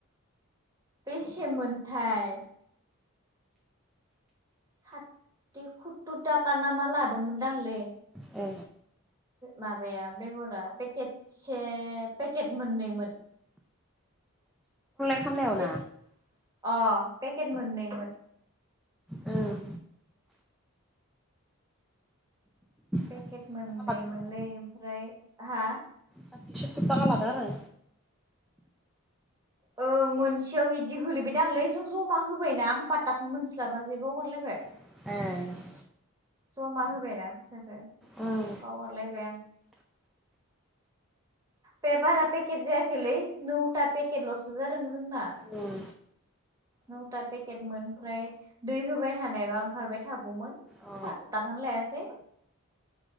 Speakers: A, on the right (about 15°); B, in the centre.
A: बेसे मोनथाय। सातथि खुततुर थाखा नामा लादोंमोनदांलै।
B: ए
A: माबाया बेगरा पेकेटसे पेकेट मोननैमोन।
B: खामनायाव ना?
A: पेक अ पेकेट मोननैमोन।
B: ओम
A: पेकेट
B: साथि सुत्तुर
A: मोननै
B: थाखा लादों
A: मोनलै
B: नो
A: ओमफ्राय हा?
B: साथि सुवातुर थाखा लादा आरो।
A: ओं मोनसेयाव बिदि गोलैबायदांंलै जों जमा होबायना आं पाटाखौनो मोनस्लाबासै आं बावगारलायबाय।
B: ए
A: जमा होबायना फैसाखौ
B: उम
A: बावगारलायबाय आं। बे बारा पेकेट जायाखेलै नोउ था पेकेट ल'सो जादों जोंना।
B: उम
A: नौथा पेकेटमोन ओमफ्राय दै होबाय थानायबा ओंखारबाय थागौमोन।
B: अ
A: पात्ता खौनो लायासै।